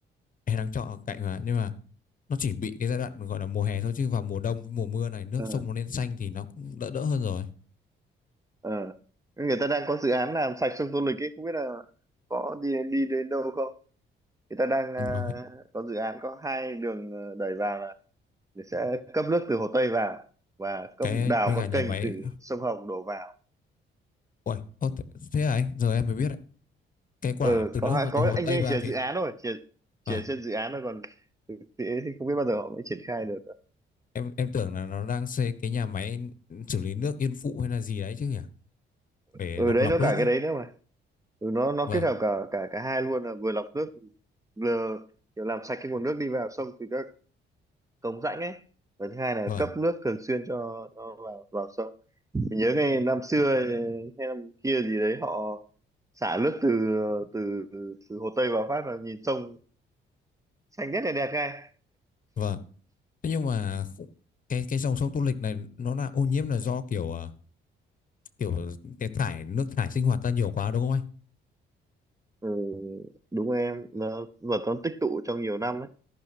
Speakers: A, on the left (about 40°); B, on the right (about 15°).
A: em đang trọ ở cạnh mà nhưng mà nó chỉ bị cái giai đoạn gọi là mùa hè thôi chứ vào mùa đông với mùa mưa này nước
B: ờ
A: sông nó lên xanh thì nó cũng đỡ đỡ hơn rồi
B: ờ người ta đang có dự án làm sạch sông Tô Lịch ấy không biết là có đi đi đến đâu không người ta đang ờ,
A: Vâng,
B: có dự án có hai đường ờ, đẩy vào là sẽ cấp nước từ Hồ Tây vào và cấp
A: cái
B: đào
A: với cả
B: con
A: nhà
B: kênh
A: máy
B: từ sông Hồng đổ vào
A: Uầy, ô, thế, thế à anh giờ em mới biết đấy. cái quả
B: ờ
A: từ
B: có
A: nước
B: hai có
A: từ Hồ
B: anh
A: Tây
B: ấy
A: vào
B: chỉ là
A: thì
B: dự án thôi chỉ chỉ
A: à,
B: là trên dự án thôi còn thực tế thì không biết bao giờ họ mới triển khai được
A: em em tưởng là nó đang xây cái nhà máy xử lý nước Yên Phụ hay là gì đấy chứ nhỉ để
B: ừ
A: lọc
B: đấy
A: lọc
B: nó
A: nước
B: cả
A: ấy
B: cái đấy nữa mà ừ, nó nó
A: vâng
B: kết hợp cả cả cả hai luôn là vừa lọc nước vừa kiểu làm sạch cái nguồn nước đi vào sông từ các cống rãnh ấy và thứ hai là
A: vâng
B: cấp nước thường xuyên cho cho vào vào sông mình nhớ ngày năm xưa hay năm kia gì đấy họ xả nước từ từ từ Hồ Tây vào phát là nhìn sông xanh rất là đẹp ngay
A: vâng thế nhưng mà khu- cái cái dòng sông Tô Lịch này nó là ô nhiễm là do kiểu à, kiểu cái thải nước thải sinh hoạt ra nhiều quá đúng không anh
B: ừ, đúng rồi em nó vật nó tích tụ trong nhiều năm ấy.